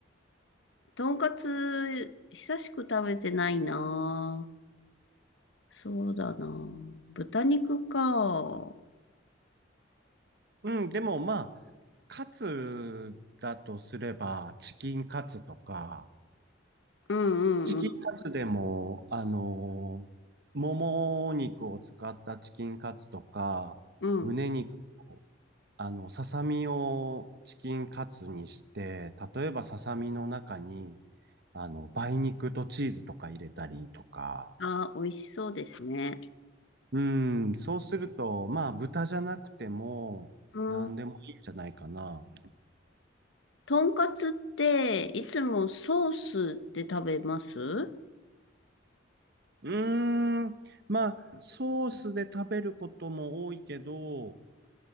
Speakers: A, on the left (about 70°); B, on the right (about 55°).
A: う。とんかつ、久しく食べてないな。そうだな。豚肉か。
B: うん、でもまあ、カツだとすれば、チキンカツとか、
A: うんうんうん
B: チキンカツでも、あのーもも肉を使ったチキンカツとか、
A: うん。
B: 胸肉あの、ささみをチキンカツにして、例えばささみの中に、あの、梅肉とチーズとか入れたりとか、
A: ああ、美味しそうですね。
B: うん、そうすると、まあ、豚じゃなくても、
A: うん。
B: 何でもいいんじゃないかな。
A: とんかつって、いつもソースって食べますう
B: うーん、まあ、ソースで食べることも多いけど、